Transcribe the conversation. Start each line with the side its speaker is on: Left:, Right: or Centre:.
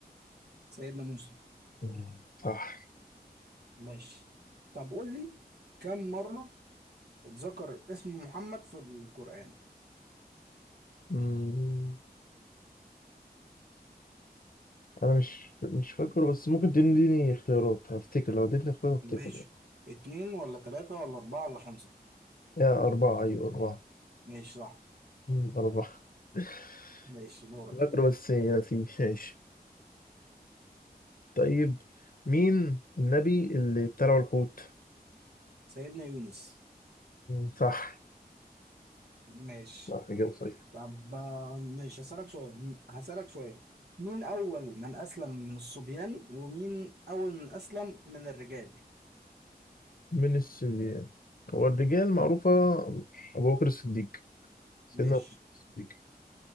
Right: سيدنا موسى
Left: مم، صح
Right: ماشي طب قول لي كم مرة اتذكر اسم محمد في القرآن
Left: أمم، أنا مش مش فاكره بس ممكن تديني اختيارات هفتكر لو اديتني اختيار هفتكر
Right: ماشي اتنين ولا تلاتة ولا أربعة ولا خمسة
Left: يا أربعة أيوة أربعة
Right: ماشي صح
Left: مم، أربعة <laughs>
Right: ماشي دورك
Left: فاكره بس نسيت ماشي طيب مين النبي اللي ابتلعه الحوت
Right: سيدنا يونس
Left: مم. صح
Right: ماشي
Left: لا إجابة صحيحة
Right: طب آه، ماشي هسألك سؤال هسألك سؤال مين أول من أسلم من الصبيان ومين أول من أسلم من الرجال
Left: من السبيان هو الرجال معروفة أبو بكر الصديق سيدنا
Right: ماشي
Left: أبو بكر الصديق